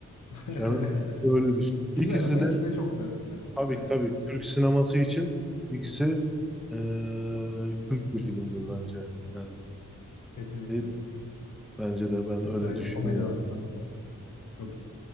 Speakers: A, on the left; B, in the centre.
A: <laughs>
B: Yani öyle düşünüyorum.
A: Güzel
B: İkisi
A: ama
B: de
A: ikisi de çok güzel filmler
B: Tabii
A: bence.
B: tabii Türk sineması için ikisi eee Türk bir filmdir bence. Yani
A: Kesinlikle.
B: değil, bence de ben
A: Özellikle
B: öyle düşünüyorum.
A: komedi alanında çok iyi.